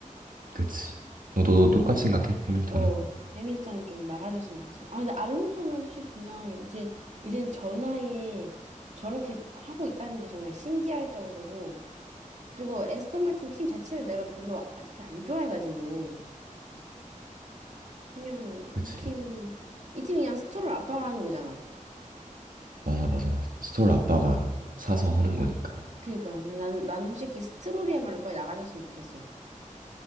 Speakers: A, on the right; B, on the right.
A: 그치. 너도 너 똑같이 생각해? 해밀턴은?
B: 어, 해밀턴 좀 나가줬으면 좋겠어. 아, 근데 알론소는 솔직히 그냥 이제, 이젠 저 나이에 저렇게 하고 있다는 게 정말 신기할 정도고, 그리고 에스턴 마틴 팀 자체를 내가 별로 아- 그렇게 안 좋아해가지고, 그냥
A: 그치.
B: 이 팀, 이 팀이 그냥 스트롤 아빠가하는 거잖아.
A: 맞아, 맞아, 맞아. 스트롤 아빠가 사서 하는 거니까.
B: 그니까, 난, 난 솔직히 스트롤이야말로 빨리 나가줬으면 좋겠어.